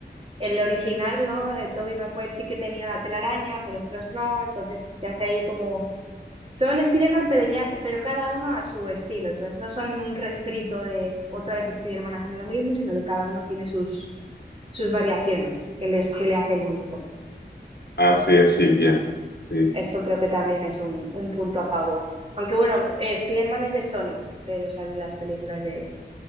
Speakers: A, on the right; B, on the left.
A: el original, ¿no? Eh, Tobey Maguire sí que tenía la telaraña, pero los otros no, entonces te hace ahí como, son Spider-Man, pero ya, pero cada uno a su estilo, entonces no son un refrito de otra vez Spider-Man haciendo lo mismo, sino que cada uno tiene sus, sus variaciones que les, que le hacen único.
B: así es, Silvia. Sí.
A: Eso creo que también es un, un punto a favor. Aunque bueno, eh, Spider-Man es de Sony, pero salen las películas de,